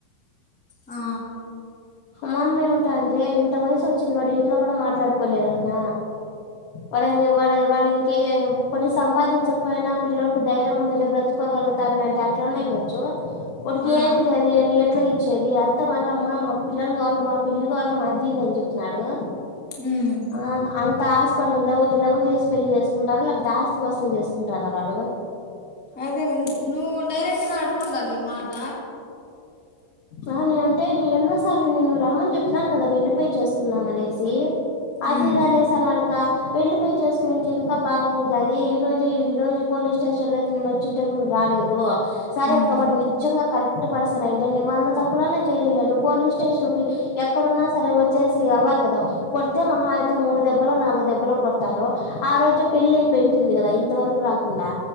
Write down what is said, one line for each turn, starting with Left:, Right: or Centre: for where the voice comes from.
Centre: ఆ
Left: మామ్మ ఏమంటా అందిే ఇంత వయసు వచ్చింది వాడు ఇంట్లో కూడా మాట్లాడుకోలేరన్న వాడు వా వాడు ఇంకే పని సంపాదించకపోయినా పిల్ల్లోడికి ధైర్యం ఉంది బ్రతుకోగలుగుతారు లేంటే అట్లనే ఇవ్వచ్చు ఒకకి
Centre: ఆ
Left: ఏదిలేదు ఎట్లా చేది అంత మళ్ళమ్మా పిల్లలు కావాల మా పెళ్ళి కావాల మా జీద అని చెప్తున్నాడు
Centre: ఉమ్
Left: ఆ అంత ఆస్పడ ్ లవ్ చేసి పెళ్లి చేసుకుంటాను లేకపోతే ఆస్తి కోసం చేసుకుంటారు అన్నమాటు
Centre: అదే నువవు డైరెక్ట్గా అడుకండాలి మాట
Left: నను అంటే న ఎన్న అసలు నేను రమ్మని చెప్న్నాను కదా వెళ్లిపోయి చేసుకుందాం అనేసి అదిగానేేస
Centre: ఉమ్
Left: నడక పెళ్లి పయయి చేసుకుంటే ఇంకా బాగుంటుది ఈ రోజే ఈ రోజు పోలీస్ స్టేషన్ లోకి నేను వచ్చింటే గు రాలేదు సారే
Centre: ఉమ్
Left: కబర్ నిజంగా కరెక్ట్ పర్సన్ అయితే నేను వంద తప్పులనే చేయలేను పోలీ స్టేషన్ కి ఎక్కడన్నా సరే వచ్చేసి అవ్వాలి కదా కొడితే మహా అయితే మూడు దెబ్బలో నాలుగు దెబ్బలు కొడతారు ఆ రోజే పెళ్లిి అయిపోయింటుంది కదా ఇంత వరకు రాకుండా